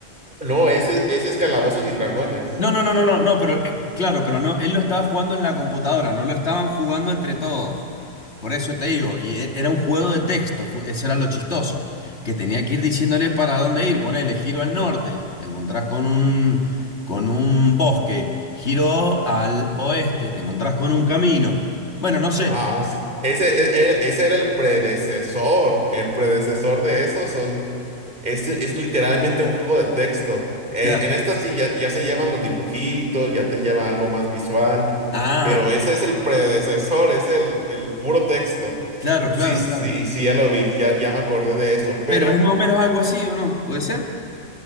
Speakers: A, on the right (about 40°); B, on the left (about 60°).
A: No, ese, ese es Calabozos y Dragones.
B: No, no, no, no, no, no, pero eh, claro, pero no, él lo estaba jugando en la computadora, no lo estaban jugando entre todos. Por eso te digo, y e- era un juego de texto, ju- eso era lo chistoso, que tenía que ir diciéndole para dónde ir, ponele, giro al norte, te encontrás con un, con un bosque, giro al oeste, te encontrás con un camino. Bueno, no sé,
A: Ah, sí. Ese, e- e- ese era el predecesor. El predecesor de eso son. Es, es literalmente un juego de texto. Eh,
B: claro.
A: en esta sí ya, ya se llevan los dibujitos, ya te lleva algo más visual.
B: Ah,
A: Pero ese es el predecesor, es el, el puro texto.
B: claro, claro,
A: Sí, sí,
B: claro.
A: sí, ya lo vi, ya, ya me acordé de eso. Pero
B: Pero es más o menos algo así, ¿o no? ¿Puede ser?